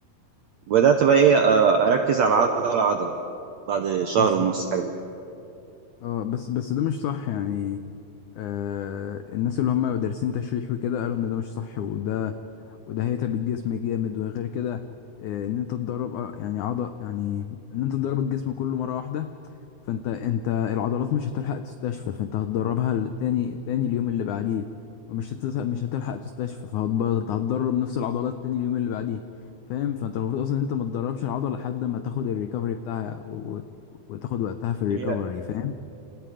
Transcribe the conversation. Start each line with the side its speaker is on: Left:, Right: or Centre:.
Right: وبدأت بقى ايه آه، اركز على عضلة عضلة بعد شهر
Left: بس
Right: ونص حاجة زي
Left: اه بس بس ده مش صح يعني آه الناس اللي هم دارسين تشريح وكده قالوا ان ده مش صح وده وده هيتعب الجسم جامد وغير كده آه، ان انت تدرب آه، يعني عضل يعني ان انت تدرب الجسم كله مره واحده فانت انت العضلات مش هتلحق تستشفى فانت هتدربها تاني تاني اليوم اللي بعديه ومش هتس- مش هتلحق تستشفى فهتبرد هتدرب نفس العضلات تاني اليوم اللي بعديه فاهم فانت المفروض اصلا انت ما تدربش العضله لحد ما تاخد الريكفري بتاعها وت- وتاخد وقتها في الريكفري
Right: كده.
Left: فاهم